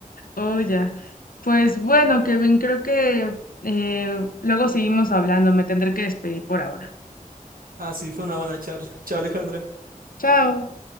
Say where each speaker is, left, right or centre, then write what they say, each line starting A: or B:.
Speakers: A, on the left; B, on the right.
A: Oh, ya. Pues bueno, Kevin, creo que eh, luego seguimos hablando. Me tendré que despedir por ahora.
B: Ah, sí, fue una buena charla. Chao, Alejandra.
A: Chao.